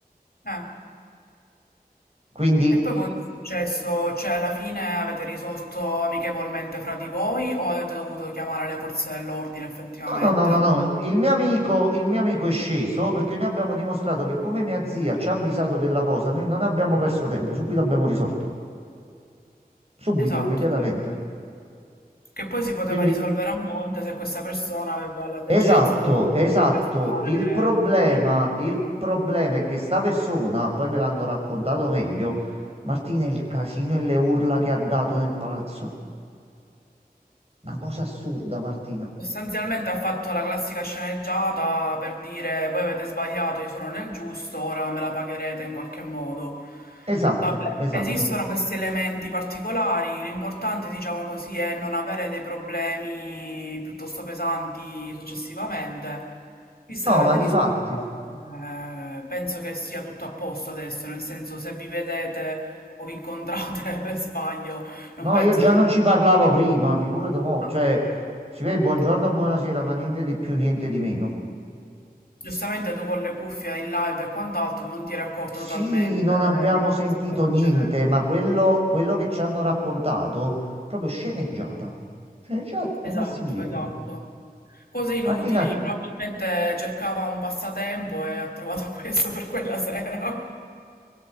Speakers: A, on the left (about 70°); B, on the right (about 40°).
A: Eh.
B: Quindi,
A: E poi cosa è successo? Cioè, alla fine avete risolto amichevolmente fra di voi o avete dovuto chiamare le forze dell'ordine effettivamente?
B: no, no, no, no, no. Il mio amico, il mio amico è sceso perché noi abbiamo dimostrato che come mia zia ci ha avvisato della cosa, noi non abbiamo perso tempo, subito abbiamo risolto. Subito,
A: Esatto,
B: immediatamente.
A: esatto. Che poi si poteva
B: Quindi
A: risolvere a monte se questa persona aveva la decenza
B: Esatto,
A: comunque
B: esatto.
A: di razionare
B: Il problema,
A: il campanello.
B: il problema è che sta persona, poi me l'hanno raccontato meglio, Martina, il casino e le urla che ha dato nel palazzo. Una cosa assurda, Martina.
A: Sostanzialmente ha fatto la classica sceneggiata per dire voi avete sbagliato, io sono nel giusto, ora me la pagherete in qualche modo.
B: Esatto,
A: Vabbè,
B: esatto.
A: esistono questi elementi particolari, l'importante, diciamo così, è non avere dei problemi piuttosto pesanti successivamente. Visto
B: No,
A: che avete
B: ma di
A: risolto,
B: fatti,
A: eh, penso che sia tutto a posto adesso, nel senso se vi vedete o vi incontrate <laughs> per sbaglio, non
B: no,
A: penso
B: io già
A: che...
B: non ci parlavo prima, figurati mo',
A: Ah,
B: cioè, si vede buongiorno,
A: ok.
B: buonasera, ma niente di più, niente di meno.
A: Giustamente tu con le cuffie in live e quant'altro non ti eri accorto
B: Sì,
A: totalmente
B: non abbiamo
A: eh, di quello
B: sentito
A: che stava
B: niente,
A: succedendo.
B: ma quello, quello che ci hanno raccontato, proprio sceneggiata. Sceneggiata ai
A: Esatto,
B: massimi livelli.
A: esatto. Cose inutili,
B: Martina,
A: probabilmente cercava un passatempo e ha trovato <laughs> questo per quella sera.